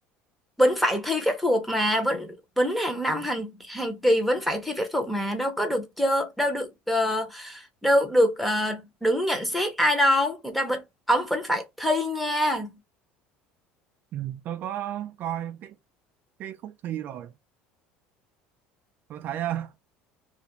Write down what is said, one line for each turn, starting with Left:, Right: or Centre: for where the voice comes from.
Centre: vẫn phải thi phép thuật mà vẫn vẫn hàng năm hàng hàng kỳ vẫn phải thi phép thuật mà đâu có được chơi đâu được ờ, đâu được ờ, đứng nhận xét ai đâu người ta vẫn ổng vẫn phải thi nha
Right: ừ. tôi có coi cái cái khúc thi rồi tôi thấy ờ,